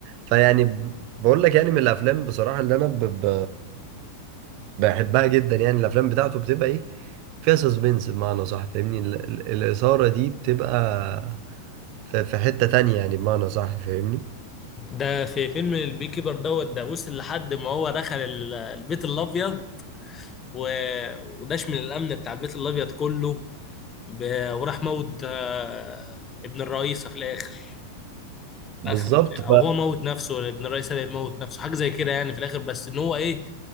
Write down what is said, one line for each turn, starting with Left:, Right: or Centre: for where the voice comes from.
Right: فيعني ب- بقول لك يعني من الافلام بصراحة اللي انا ب... ب... بحبها جدا يعني الافلام بتاعته بتبقى ايه فيها سسبنس بمعنى صح فاهمني ال... ال- الإثارة دي بتبقى في... في حتة تانية يعني بمعنى صح فاهمني
Left: ده في فيلم البي كيبر دوت ده وصل لحد ما هو دخل ال- البيت الابيض و... وداش من الامن بتاع البيت الابيض كله ب... وراح موت آه، ابن الرئيسة في الاخر في
Right: بالظبط
Left: اخر الف- او هو موت نفسه ولا ابن الرئيس اللي موت نفسه حاجه زي كده يعني في الاخر بس ان هو ايه